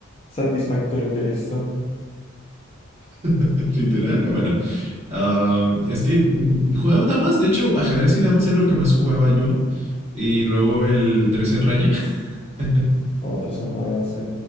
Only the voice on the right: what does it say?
<laughs> Literal, bueno. Am, es que mm, jugaba damas. De hecho, ajedrez y damas era lo que más jugaba yo. Y luego el tres en raya. <laughs>